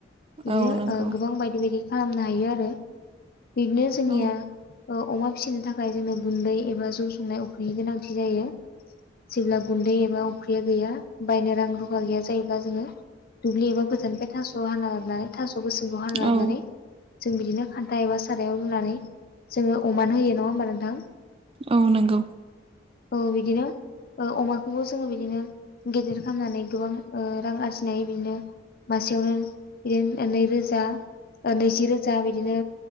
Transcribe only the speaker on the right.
औ नंगौ
औ
औ
औ नंगौ